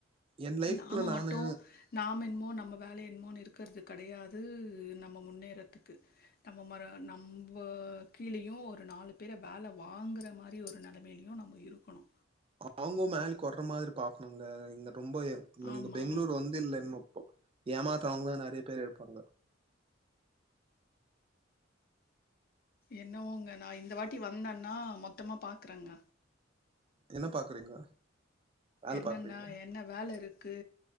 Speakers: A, on the right; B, on the left.
A: என் லைஃப்ல
B: நாம
A: நானு
B: மட்டு நாம் என்மோ நம்ம வேல என்மோன்னு இருக்கர்து கடையாது நம்ம முன்னேரத்துக்கு நம்ப மற நம்போ கீழயு ஒரு நாலு பேர வேல வாங்குற மாரி ஒரு ஒரு நெலமையிலையு நம்ம இருக்கணு
A: அவுங்களு மேல்க்கு வர்ற மாரி பாக்கணுங்க இங்க ரொம்ப
B: ஆமாம்
A: நீங்க பெங்ளூரு வந்து இல்லன் அப்போ ஏமாத்தோவுங்க நறைய பேர் இருப்பாங்க
B: என்னவோங்க நா இந்த வாட்டி வந்தன்னா மொத்தமா பாக்கறங்க
A: என்ன பாக்குறீங்க வேல
B: என்னன்னா
A: பாக்குறீங்க
B: என்ன வேல இருக்கு